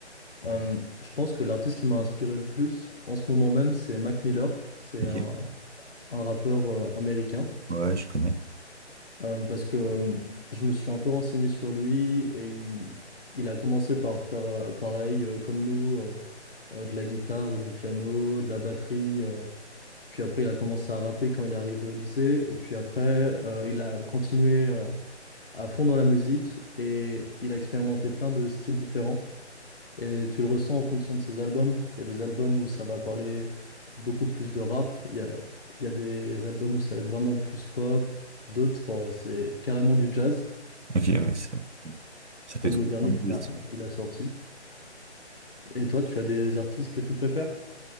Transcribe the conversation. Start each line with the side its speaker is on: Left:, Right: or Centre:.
Left: Euh, je pense que l'artiste qui m'a inspiré le plus en ce moment même, c'est Mac Miller. C'est
Right: Ok.
Left: un, un rappeur euh, américain.
Right: Ouais, je connais.
Left: Euh, parce que euh, je me suis un peu renseigné sur lui et il, il a commencé par faire euh, pareil euh, comme nous. euh, euh, de la guitare, du piano, de la batterie. euh. Puis après, il a commencé à rapper quand il est arrivé au lycée. Et puis après, euh, il a continué euh, à fond dans la musique et il a expérimenté plein de styles différents. Et tu le ressens en fonction de ses albums. Il y a des albums où ça va parler beaucoup plus de rap. Il y a, il y a des albums où ça va être vraiment plus pop. D'autres, euh, c'est carrément du jazz,
Right: Ok, ouais, ça, ça
Left: comme
Right: fait tout
Left: le
Right: le
Left: dernier
Right: temps
Left: qu'il
Right: positif.
Left: a, il a sorti. Et toi, tu as des artistes que tu préfères?